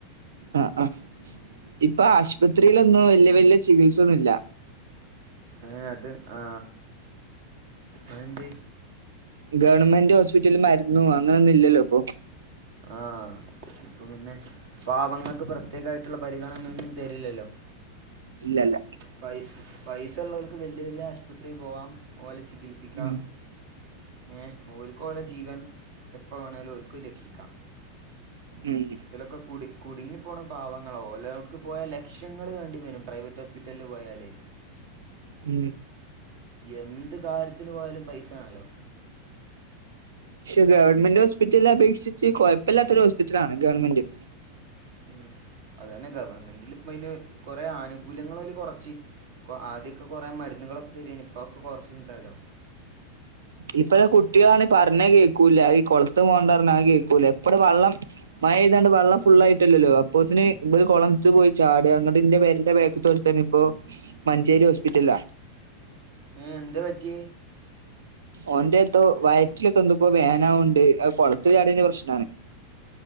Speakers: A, on the right (about 65°); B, on the right (about 50°).
A: ആഹ ആ ഇപ്പൊ ആശുപത്രിയിലൊന്നും വല്യ വല്യ ചികിത്സൊന്നുല്ല
B: ഏ അത് ആ അയെൻന്തെ
A: ഗവൺമെന്റ് ഹോസ്പിറ്റൽ മരുന്നും അങ്ങനെ ഒന്നും ഇല്ലല്ലോ ഇപ്പൊ
B: ആഹ ഇപ്പൊ പിന്നെ പാവങ്ങൾക്ക് പ്രത്യേകമായിട്ടുള്ള പരിഗണനൊന്നും തരില്ലല്ലോ
A: ഇല്ലല്ല.
B: പൈ പൈസ ഉള്ളവർക്ക് വല്യ വലിയ ആശുപത്രിൽ പോവാം ഓലെ ചികിത്സിക്കാം
A: ഉം
B: ഏ ഓൽക്ക് ഓലെ ജീവൻ എപ്പ വേണമേലും ഓൽക്ക് രക്ഷിക്ക....
A: ഉം
B: തിലക്കക്കൂടി.... കുടുങ്ങി പോണ പാവങ്ങളോല്ലടുക്ക് പോയാൽ ലക്ഷങ്ങൾ വേണ്ടി വരും പ്രൈവറ്റ് ഹോസ്പിറ്റലിൽ പോയാലേ......
A: ഉം
B: എന്ത് കാര്യത്തിന് പോയാലും പൈസയാണല്ലോ......
A: പക്ഷെ ഗവൺമെന്റ് ഹോസ്പിറ്റല അപേക്ഷിച്ച് കുഴപ്പമില്ലല്ലാത്തൊ ഒരു ഹോസ്പിറ്റലണ് ഗവണ്മെന്റ്
B: ഉ അത തന്നെ ഗവൺമെന്റിൽ ഇപ്പ ഇതിന് കൊറേ ആനുകൂല്യങ്ങള് കൊറച്ച്..... ആദ്യൊക്കെ കൊറെ മരുന്നുകളൊക്കെ തരൻ ഇപ്പൊക്കെ കുറച്ച ഇണ്ടല്ലാലോ
A: ഇപ്പത്തെ കുട്ടികളാാണ് പറഞ്ഞ കേൾക്കൂല ഈ കൊളത്ത് പോകണ്ട പറഞ്ഞത് കേൾക്കൂല എപ്പടെ വെള്ളം ്തണ്ട് വെള്ള ഫുള്ളൾ ആയിട്ടല്ലോ അപ്പൊത്തിന് ഇത് കൊളത്ത് പോയി ചാട് അങ്ങട്ട ഇന്റെ പേരൻ്റെ വേക്ക്ത്ത ഒരുത്തന് ഇപ്പോ മഞ്ചേരി ഹോസ്പിറ്റല.....
B: ആഏ എന്ത് പറ്റി....,
A: ഓന്റെത്തോ വയറ്റിലൊക്കെ എന്തക്ക വേനാവുണ്ട് കൊളത്ത് ചാടന്റെ പ്രശ്നാണ